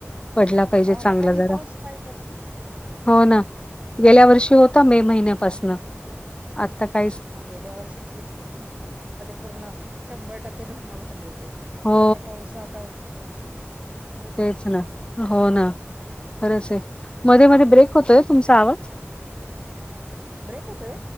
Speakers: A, on the left; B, on the right.
A: पडला पाहिजे
B: हो ना
A: चांगला
B: कारण
A: जरा
B: पाऊस पाहिजे
A: हो ना गेल्या वर्षी होता मे महिन्यापासन आता काय?
B: गेल्या वर्षीार पूर्ण शंभर टक्के धरण भरले होते. आता
A: हो
B: तर पाऊस आता खरंच
A: तेच
B: नाहीये.
A: ना हो ना खरंच आहे मध्ये मध्ये ब्रेक होतोय तुमचा आवाज
B: ब्रेक होतय